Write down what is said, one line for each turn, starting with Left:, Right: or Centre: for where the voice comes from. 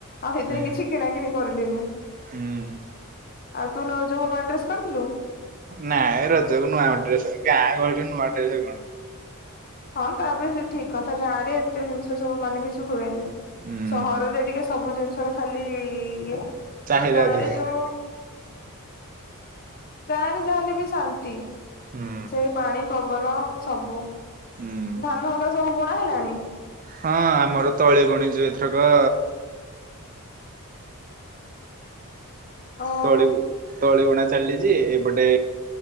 Left: ଆଉ ସେଥିପାଇଁ
Right: ହୁଁ
Left: କିଛି କିଣା କିିଣି କରିଲନି
Right: ହୁଁ
Left: ଆଉ ଯୋଉ ନୁଆ କରିଥିଲୁ?
Right: ନାହିଁ ରଜକୁ ନୂଆ ଡ୍ରେସ ଗାଁ ଗହଳିରେ ନୂଆ ଡ୍ରେସ କଣ
Left: ହଁ ତାପରେ ବି ସେ ଠିକ କଥା ଗାଁ ରେ ତେଇସ ସବୁ ମାନେ କିଛି ହୁଏନି
Right: ହୁଁ
Left: ସହରରେ ଟିକେ ସବୁ ଜିନିଷ ଧର ଖାଲି ଇଏ
Right: ଚାହିଦା
Left: ଗୋଟେ ଗାଁରେ
Right: ଅଧିକ
Left: ଯୋଉ ଗାଁରେ ଜା ହେଲିବି ଶାନ୍ତି
Right: ହୁଁ
Left: ସେ ପାଣି ପବନ ସବୁ
Right: ହୁଁ
Left: ଧାନ ହବା ସବୁ ବୁଣା ହେଲାଣି
Right: ହଁ ଆମର ତଳି ବୁଣିଚୁ ଏଥରକ
Left: ଓହୋ
Right: ତଳି ତଳିବୁଣା ଚାଲିଛି ଏପଟେ